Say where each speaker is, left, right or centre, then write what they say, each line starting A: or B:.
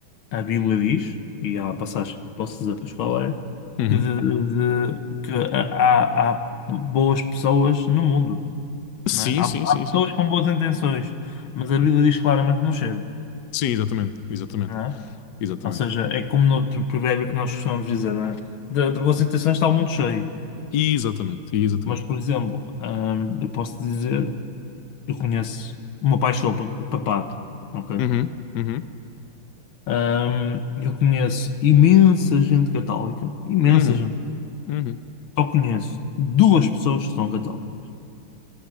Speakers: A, on the left; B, on the left.
A: A Bíblia diz, e há uma passagem que posso dizer para a escola, é
B: Uhum.
A: que, de- de- que há, há boas pessoas no mundo,
B: Sim,
A: não é? Há,
B: sim,
A: há
B: sim,
A: pessoas
B: sim.
A: com boas intenções, mas a Bíblia diz claramente que não chega,
B: Sim, exatamente, exatamente,
A: não é?
B: exatamente.
A: Ou seja, é como no outro provérbio que nós costumamos dizer, não é? De, de boas intenções está o mundo cheio.
B: Exatamente, exatamente.
A: Mas, por exemplo, hum, eu posso dizer, eu conheço, o meu pai estudou para, para padre, ok?
B: Uhum, uhum,
A: Ahm, eu conheço imensa gente católica, imensa
B: uhum,
A: gente.
B: uhum.
A: Só conheço duas pessoas que são católicas.